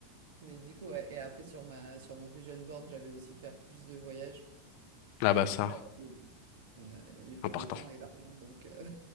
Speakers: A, on the right; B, on the left.
A: Mais du coup, ouais. Et après, sur ma, sur mon vision board, j'avais aussi faire plus de voyages.
B: Ah bah ça,
A: Euh, mais bon, euh, il faut
B: important.
A: le temps et l'argent, donc. euh,